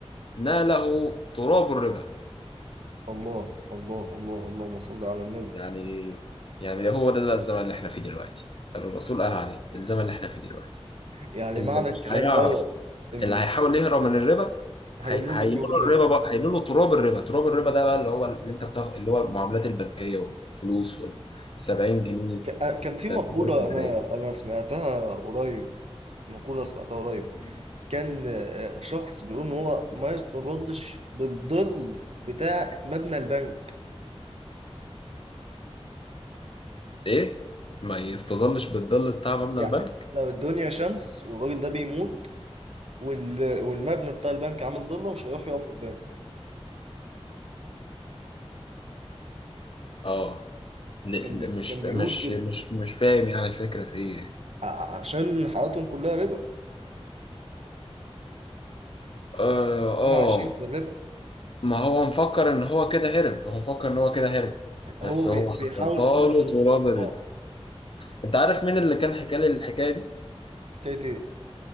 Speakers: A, on the left; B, on the right.
A: ناله تراب الربا
B: الله الله الله اللهم صل على النبي
A: يعني يعني ده هو ده بقى الزمن اللي احنا فيه دلوقتي الرسول قال عليه الزمن اللي احنا فيه دلوقتي
B: يعني
A: اللي
B: معنى الكلام
A: مش هيعرف
B: دوت ان
A: اللي هيحاول يهرب من الربا هي-
B: هينول
A: هينولوا
B: له تراب الربا
A: الربا بقى هينولوا تراب الربا تراب الربا ده بقى اللي هو اللي انت بتاخد اللي هو المعاملات البنكيه والفلوس وال 70 جنيه
B: ك- آه، كان في مقوله
A: آه، مصاريف اداريه
B: انا انا سمعتها قريب مقوله سمعتها قريب كان آه، شخص بيقول ان هو ما يستظلش بالظل بتاع مبنى البنك
A: ايه ما يستظلش بالظل بتاع مبلغ
B: يعني
A: البنك
B: لو الدنيا شمس والراجل ده بيموت وال- والمبنى بتاع البنك عامل ضلة مش هيروح يقف قدامه
A: اه ل-
B: كان بي...
A: ل- مش
B: كان بيقول
A: مش
B: كده
A: مش مش فاهم يعني الفكره في ايه
B: ع- عشان حياتهم كلها ربا
A: اه
B: احنا
A: آه،
B: اه عايشين في الربا
A: ما هو مفكر ان هو كده هرب هو مفكر ان هو كده هرب
B: هو
A: بس
B: بي-
A: هو
B: بيحاول
A: حيطاله
B: قدر المستطاع
A: تراب الربا انت عارف مين اللي كان حكى لي الحكايه دي
B: حكاية ايه؟